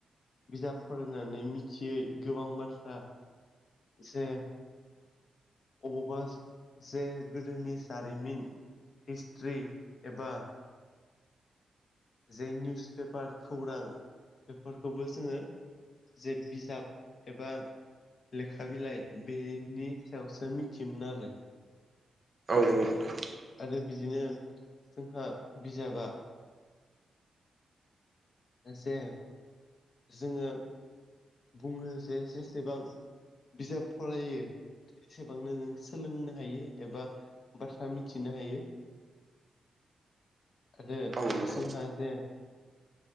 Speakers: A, on the left; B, on the right.
A: बिजाब फरायनानै मिथियै गोबां बाथ्रा जे अबावबा जे गोदोनि जारिमिन हिस्ट्रि एबा जे निउस पेपार खौरां बेफोरखौबो जोङो जे बिजाब एबा लेखा बिलाइ बेनि सायावसो मिथियोमोन आरो
B: औ नंगौ नोंथां
A: आरो बिदिनो जोंहा बिजाबा जे जोङो बुङो जे जेसेबां बिजाब फरायो एसेबांनो नों सोलोंनो हायो एबा बाथ्रा मिथिनो हायो आरो
B: औ नंगौ
A: जोंहा जे